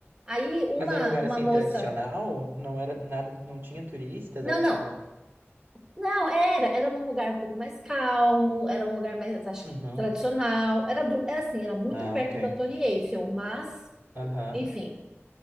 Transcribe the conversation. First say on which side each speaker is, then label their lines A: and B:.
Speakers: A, on the right; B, on the right.
A: Aí uma,
B: Mas era um lugar
A: uma
B: assim
A: moça.
B: tradicional? Não era nada, não tinha turistas,
A: Não,
B: era
A: não,
B: tipo.
A: não, era, era num lugar um pouco mais calmo, era um lugar mais, acho
B: Uhum.
A: que tradicional, era, do, era assim, era muito
B: Ah,
A: perto
B: ok.
A: da Torre Eiffel, mas,
B: Aham,
A: enfim.